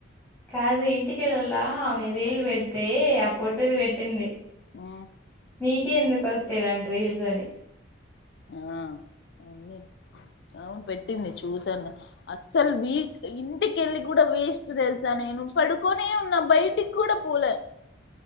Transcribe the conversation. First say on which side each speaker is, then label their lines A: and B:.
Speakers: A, in the centre; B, on the left.
A: కాదు ఇంటికెళ్లలా ఆమె రీళ్లు పెడితే ఆ పొట్టుది పెట్టింది.
B: ఆ
A: నీకే ఎందుకు వస్తేలాండి రీల్స్ అని
B: ఆ అ అవును పెట్టింది చూసాను. అస్సలు వీక్ ఇంటికెళ్ళి కూడా వేస్ట్ తెలుసా నేను పడుకొనే ఉన్నా బయటికి కూడా పోలే.